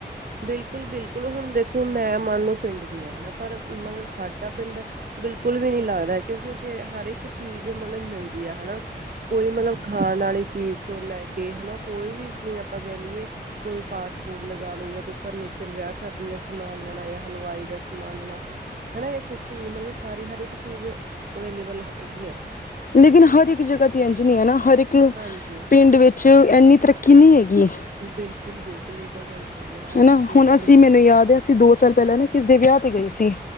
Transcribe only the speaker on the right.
ਬਿਲਕੁਲ ਬਿਲਕੁਲ ਹੁਣ ਦੇਖੋ ਮੈਂ ਮੰਨ ਲਓ ਪਿੰਡ ਦੀ ਹ ਹਨਾ ਪਰ ਮਤਲਬ ਸਾਡਾ ਪਿੰਡ ਬਿਲਕੁਲ ਵੀ ਨੀ ਲੱਗਦਾ ਕਿਉਂਕਿ ਉੱਥੇ ਹਰ ਇੱਕ ਚੀਜ਼ ਮਤਲਬ ਮਿਲਦੀ ਆ ਹਨਾ ਕੋਈ ਮਤਲਬ ਖਾਣ ਵਾਲੀ ਚੀਜ਼ ਤੋਂ ਲੈ ਕੇ ਹਨਾ ਕੋਈ ਵੀ ਜਿਵੇਂ ਆਪਾਂ ਕਹਿ ਲਈਏ ਕੋਈ ਫਾਸਟ ਫੂਡ ਲਗਾ ਲਉ ਜਾਂ ਕੋਈ ਫਰਨੀਚਰ ਵਿਆਹ ਸ਼ਾਦੀ ਦਾ ਸਮਾਨ ਲੈਣਾ ਜਾਂ ਹਲਵਾਈ ਦਾ ਸਮਾਨ ਦੇਣਾ ਹਨਾ ਇਹ ਕੁਛ ਵੀ ਮਤਲਬ ਸਾਰੀ ਹਰ ਇੱਕ ਚੀਜ਼ ਅਵੇਲੇਬਲ ਹੈਗੀ ਆ
ਹਾਂਜੀ
ਬਿਲਕੁਲ ਬਿਲਕੁਲ ਇਹ ਤਾਂ ਗੱਲ ਸਹੀ ਆ ਹਰ
ਇੱਕ ਦੇ
ਵਿੱਚ